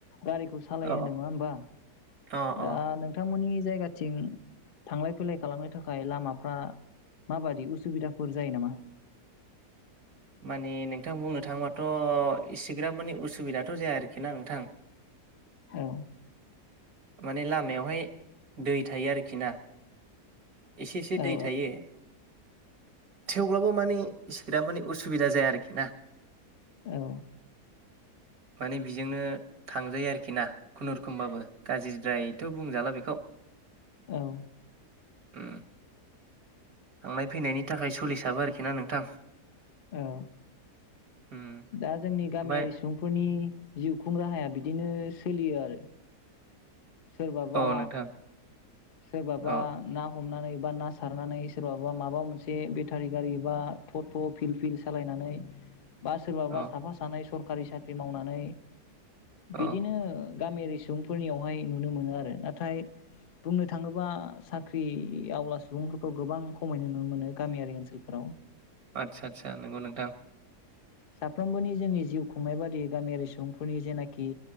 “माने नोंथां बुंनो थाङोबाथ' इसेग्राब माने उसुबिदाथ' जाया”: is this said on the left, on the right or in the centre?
Right